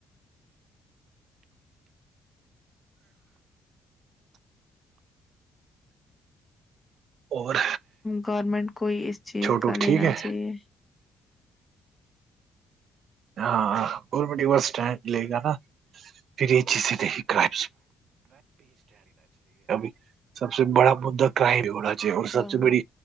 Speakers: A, on the right; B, on the left.
A: اور
B: گورنمنٹ کو ہی اس چیز
A: چھوٹو
B: کا لینا
A: ٹھیک ہے
B: چاہیے
A: ہاں گورنمنٹ ہی بس اسٹینڈ لے گا نا پھر یہ چیزیں نہیں کرائمز <unintelligible> سب سے بڑا مدہ کرائم ہو نا چاہیے اور
B: ہاں
A: سب سے بڑی